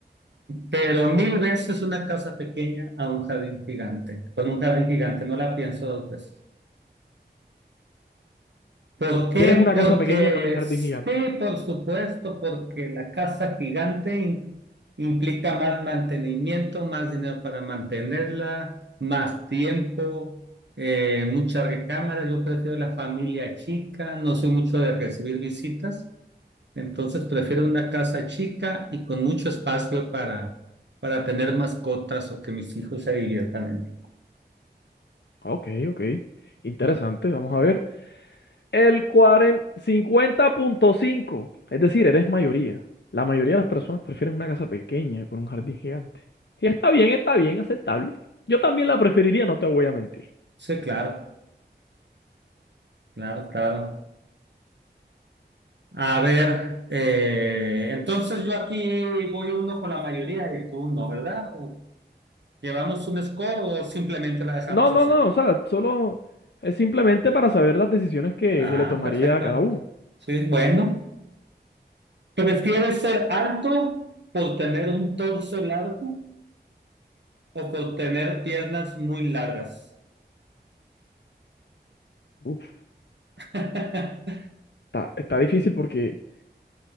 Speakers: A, on the right; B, on the left.
A: Pero mil veces una casa pequeña a un jardín gigante. Con un jardín gigante no la pienso dos veces. ¿Por qué?
B: ¿Quieres una
A: Porque
B: casa pequeña con un jardín
A: sí,
B: gigante?
A: por supuesto, porque la casa gigante in- implica más mantenimiento, más dinero para mantenerla, más tiempo, eh, muchas recámaras. Yo prefiero la familia chica, no soy mucho de recibir visitas. Entonces prefiero una casa chica y con mucho espacio para, para tener mascotas o que mis hijos se diviertan en ella.
B: Ok, ok. Interesante, vamos a ver. El cincuenta punto cinco es decir, eres mayoría. La mayoría de las personas prefieren una casa pequeña con un jardín gigante. Y está bien, está bien, aceptable. Yo también la preferiría, no te voy a mentir.
A: Sí, claro, claro, claro. A ver, eh, entonces yo aquí voy uno con la mayoría y tú no, ¿verdad? ¿O ¿Llevamos un score o simplemente la dejamos
B: No, no,
A: así?
B: no, o sea, solo es simplemente para saber las decisiones que,
A: Ah,
B: que le tomaría
A: perfecto.
B: a cada uno.
A: Sí, bueno. ¿Prefieres ser alto por tener un torso largo o por tener piernas muy largas?
B: Uf,
A: <laughs>
B: está, está difícil porque